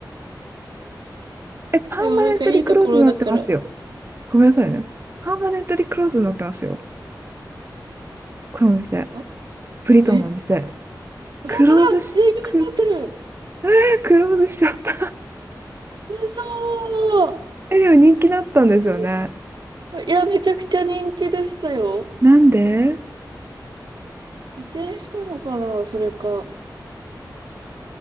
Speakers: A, on the right (about 30°); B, on the right (about 70°).
A: え、パーマネントリクローズになってますよ。
B: でもなんかいいところだから。
A: ごめんなさいね。パーマネントリクローズになってますよ。このお店。
B: あ、
A: ブリトンのお店。
B: え本当だ営業になってる
A: クローズし、く、<laughs> クローズしちゃった。
B: 嘘ー
A: <laughs> え、でも人気だったんですよね。
B: ちょいや、めちゃくちゃ人気でしたよ。
A: なんで
B: 移転したのかなそれか。